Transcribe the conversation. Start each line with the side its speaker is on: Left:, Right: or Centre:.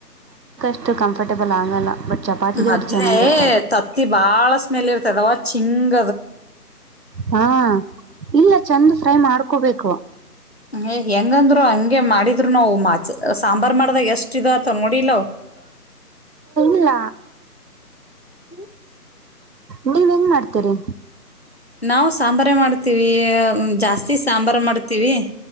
Right: ಇ ಕಂಫರ್ಟೆಬಲ್ ಆಗೋಲ್ಲ ಬಟ್ ಚಪಾತಿ ಜೋಡಿ
Left: ಮದ್ಲೆ
Right: ಚೆನ್ನಾಗಿರ್ತಾವ
Left: ತತ್ತಿ ಬಾಳ ಸ್ಮೆಲ್ ಇರ್ತದವ ಚಿಂಗ
Right: ಹಾ ಇಲ್ಲ ಚಂದ ಫ್ರೈ ಮಾಡ್ಕೋಬೇಕು
Left: ಏಯ್ ಹೆಂಗಂದ್ರು ಹಂಗೆ ಮಾಡಿದ್ರು ನಾವು ಮಾ ಸಾಂಬಾರ್ ಮಾಡ್ದಾಗ ಎಷ್ಟ ಇ ತೊ ನೋಡಿಲ್ಲ ಅವು
Right: ಇಲ್ಲ
Left: ಹ್ಮ
Right: ನೀವ್ ಹೆಂಗ ಮಾಡ್ತೀರಿ
Left: ನಾವು ಸಾಂಬಾರೆ ಮಾಡ್ತೀವಿ ಜಾಸ್ತಿ ಸಾಂಬಾರ್ ಮಾಡ್ತೀವಿ